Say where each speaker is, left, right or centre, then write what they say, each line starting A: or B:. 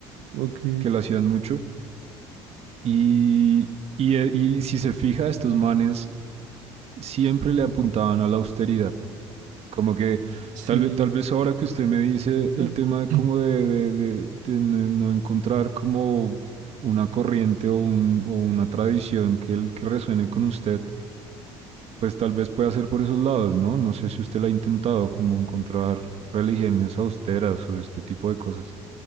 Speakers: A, on the right (about 70°); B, on the right (about 50°).
A: Ok,
B: que lo hacían mucho. Y, y, eh, y si se fija, estos manes siempre le apuntaban a la austeridad. Como que
A: sí.
B: tal, ve- tal vez ahora que usted me dice el
A: Mm,
B: tema de como
A: <clears throat>
B: de, de- de- de no, no encontrar como una corriente o, un- o una tradición que, el- que resuene con usted, Pues tal vez pueda ser por esos lados, ¿no? No sé si usted lo ha intentado, como encontrar religiones austeras o este tipo de cosas.